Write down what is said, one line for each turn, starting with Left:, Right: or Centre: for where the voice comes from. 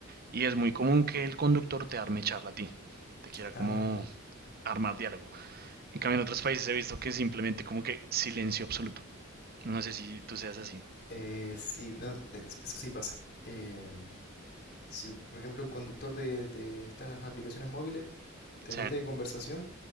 Right: y es muy común que el conductor te arme charla a ti, te quiera
Left: Ah,
Right: como armar diálogo. En cambio, en otros países he visto que simplemente como que silencio absoluto. No sé si tú seas así.
Left: eh, sí, no, eh, eso, eso sí pasa. Eh, si, por ejemplo, un conductor de, de estas aplicaciones móviles te mete
Right: Sí,
Left: de conversación,